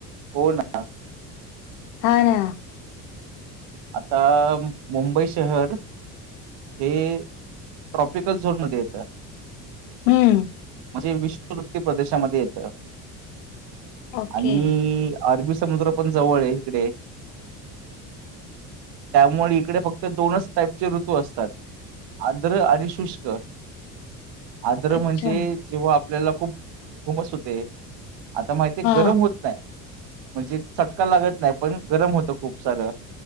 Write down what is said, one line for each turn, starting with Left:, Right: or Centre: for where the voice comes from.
Right: हो ना.
Left: हा ना.
Right: आता, मुंबई शहर हे ट्रॉपिकल झोन मध्ये येतं.
Left: हम्म.
Right: म्हणजे विश्ववृत्ती प्रदेशामध्ये येत.
Left: ओके
Right: आणि अरबी समुद्र पण जवळे. इकडे. त्यामुळे इकडे फक्त, दोनच टाईपचे ऋतू असतात. आंध्र आणि शुष्क. आद्र
Left: अच्छा
Right: म्हणजे, जेव्हा आपल्याला. खूप घुमस होते. आता माहिते.
Left: हा
Right: गरम होत नाही. म्हणजे चटका लागत नाही. पण गरम होतं खूप सारं.